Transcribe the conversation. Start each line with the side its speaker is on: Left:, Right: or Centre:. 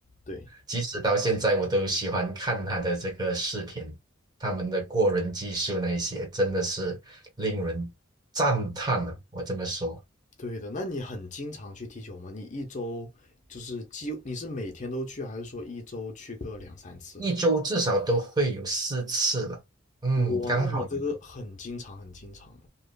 Left: 对。
Right: 即使到现在，我都喜欢看他的这个视频，他们的过人技术那一些，真的是令人赞叹啊！我这么说，
Left: 对的，那你很经常去踢球吗？你一周就是几，你是每天都去，还是说一周去个两三次？
Right: 一周至少都会有四次了。嗯，
Left: 哇，
Right: 刚好有，
Left: 那你这个很经常，很经常了